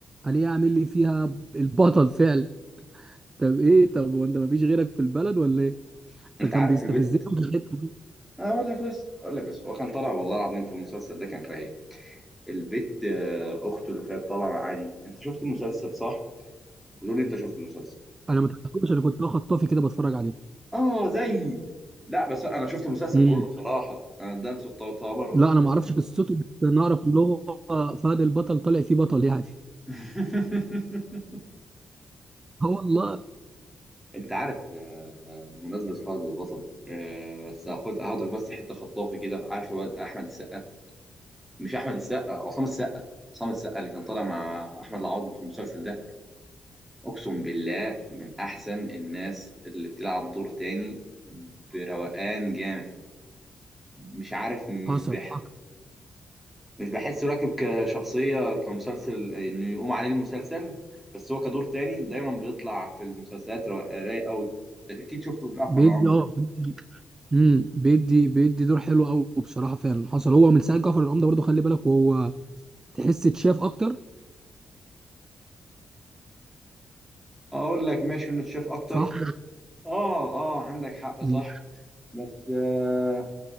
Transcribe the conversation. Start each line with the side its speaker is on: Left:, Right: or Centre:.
Right: الاقيه عامل لي فيها البطل فعل طب ايه طب وانت ما فيش غيرك في البلد ولا ايه فكان
Centre: انت عارف
Right: بيستفزني
Centre: في البيت
Right: في الحته دي
Centre: اقول لك بس اقول لك بس هو كان طالع والله العظيم في المسلسل ده كان رايق البيت آه، اخته اللي كانت طالعه مع عادي انت شفت المسلسل صح بتقول لي انت شفت المسلسل
Right: انا ما تعرفوش انا كنت واخد طافي كده بتفرج عليه
Centre: اه زي لا بس انا شفت المسلسل
Right: امم
Centre: كله بصراحه انا ده تعتبر
Right: لا انا
Centre: اصلا
Right: ما اعرفش قصته بس انا اعرف ان هو فهد البطل طالع فيه بطل يعني
Centre: <laughs>
Right: اه والله
Centre: انت عارف آه، بمناسبة فهد البطل آه، بس هاخد هاخدك بس حتة خطافي كده عارف هو احمد السقا مش احمد السقا عصام السقا عصام السقا اللي كان طالع مع احمد العوضي في المسلسل ده اقسم بالله من احسن الناس اللي بتلعب دور تاني بروقان جامد مش عارف مش
Right: حصل
Centre: بيح...
Right: حصل
Centre: مش بحسه راكب كشخصية كمسلسل إنه يقوم عليه المسلسل بس هو كدور تاني دايما بيطلع في المسلسلات را- رايق قوي أكيد شفته في جعفر
Right: بيدي
Centre: العمدة
Right: اه بيدي امم بيدي بيدي دور حلو قوي بصراحه فعلا حصل هو من ساعه جعفر العمده برضه خلي بالك وهو تحس اتشاف اكتر
Centre: أقول لك ماشي إنه اتشاف أكتر
Right: صح
Centre: آه آه عندك حق صح
Right: امم
Centre: بس آه